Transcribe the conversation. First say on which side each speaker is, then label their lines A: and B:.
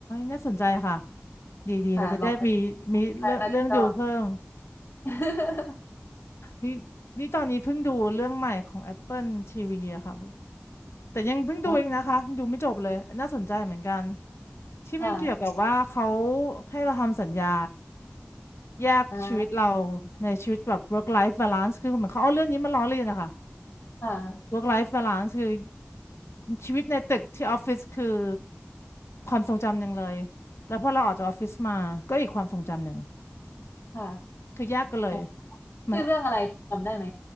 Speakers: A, on the left; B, on the left.
A: น่าสนใจค่ะดีดีเราจะได้มีมีเรื่องเรื่องดูเพิ่ม
B: ค่ะลองไปดูใครน่าจะชอบ <laughs>
A: นี่นี่ตอนนี้เพิ่งดูเรื่องใหม่ของ Apple TV อะค่ะ แต่ยังเพิ่งดูเองนะคะยังดูไม่จบเลยน่าสนใจเหมือนกัน
B: อ๋อ <laughs>
A: ที่มันเกี่ยวกับว่าเขา
B: ค่ะ
A: ให้เราทำสัญญาแยกชีวิตเรา
B: อ่า
A: ในชีวิตแบบ work life balance คือเหมือนเขาเอาเรื่องนี้มาล้อเลียนนะคะ
B: ค่ะ
A: work life balance คือชีวิตในตึกที่ออฟฟิศคือความทรงจำหนึ่งเลยแล้วพอเราออกจากออฟฟิศมาก็อีกความทรงจำหนึ่ง
B: ค่ะ
A: คือแยกกันเลย
B: อ๋อ
A: มัน
B: ชื่อเรื่องอะไรจำได้ไหม